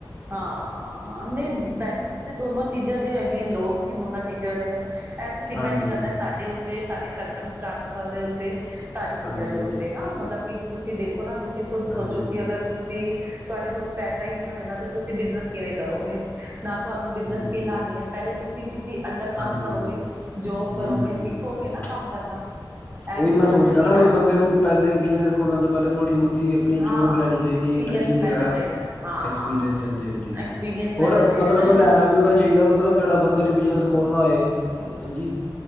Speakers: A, on the right; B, on the left.
A: ਹਾਂ ਨੀ ਬੈਨੀਫਿਟ ਤੇ ਦੋਨਾਂ ਚੀਜ਼ਾਂ ਦੇ ਹੈਗੇ, ਲੋਸ ਵੀ ਦੋਨਾਂ ਚੀਜ਼ਾਂ ਦੇ ਆ। ਏਹ ਤੇ ਡਿਪੈਂਡ
B: ਹਾਂਜੀ
A: ਕਰਦਾ
B: ਹਾਂਜੀ
A: ਏ ਸਾਡੇ ਉੱਤੇ, ਸਾਡੇ ਸਰਕਮਸਟਾਂਸਸ ਦੇ ਉੱਤੇ ਸਾਰੀ
B: ਹਾਂਜੀ
A: ਚੀਜ਼ਾਂ ਦੇ
B: ਹਾਂਜੀ
A: ਉੱਤੇ ਨਾ, ਮਤਲਬ ਕਿ ਤੁਸੀਂ ਦੇਖੋ ਨਾ ਤੁਸੀਂ ਖੁੱਦ
B: ਹਾਂਜੀ
A: ਸੋਚੋ
B: ਹਾਂਜੀ
A: ਕਿ ਅਗਰ ਤੁਸੀਂ ਤੁਹਾਡੇ ਕੋਲੋਂ ਪੈਸਾ ਹੀ ਨੀ ਹੋਏਗਾ ਤੇ ਤੁਸੀਂ ਬਿਜ਼ਨਸ ਕਿਵੇਂ ਕਰੋਗੇ, ਨਾ ਤੁਹਾਨੂੰ ਬਿਜ਼ਨਸ
B: ਹਾਂਜੀ
A: ਸਕਿੱਲ ਆਣੀ ਏ। ਪੈਲੇ ਤੁਸੀਂ ਕਿਸੀ ਅੰਡਰ ਕੰਮ
B: ਹਾਂਜੀ
A: ਕਰੋਗੇ,
B: ਹਾਂਜੀ
A: ਜੋਬ
B: ਜੀ
A: ਕਰੋਗੇ
B: ਬਿਲਕੁਲ
A: ਸਿੱਖੋਗੇ
B: ਬਿਲਕੁਲ
A: ਨਾ ਕੰਮ ਕਰਨਾ
B: ਉਹੀ
A: ਇਹ ਵੀ ਤੇ
B: ਮੈਂ ਸੋਚ
A: ਗੱਲ ਹੈਗੀ
B: ਰਿਹਾ ਨਾ ਬਾਈ ਬੰਦੇ ਨੂੰ ਪੈਲੇ ਬਿਜ਼ਨਸ ਖੋਲਣ ਤੋਂ ਪੈਲੇ ਥੋੜੀ ਬੋਤੀ ਆਪਣੀ
A: ਹਾਂ
B: ਜੋਬ ਲੈਣੀ ਚਾਇਦੀ
A: ਐਕਸਪੀਰੀਅੰਸ
B: ਐ, ਇੰਟਰਸਿਪ
A: ਲੈਣਾ
B: ਵਗੈਰਾ
A: ਚਾਹੀਦਾ ਹੈ ਹਾਂ
B: ਐਕਸਪੀਰੀਅੰਸ ਹਾਂਜੀ-ਹਾਂਜੀ,
A: ਐਕਸਪੀਰੀਅੰਸ
B: ਹੋਰ
A: ਲੈਣਾ ਚਾਹੀਦਾ
B: ਮਤਲਬ
A: ਨਾ
B: ਲੈ ਣਾ ਵੀ ਓਦਾ ਚਾਈਦਾ ਮਤਲਬ ਜੇੜਾ ਬੰਦੇ ਨੇ ਬਿਜ਼ਨਸ ਖੋਲਣਾ ਹੋਏ ਹਾਂਜੀ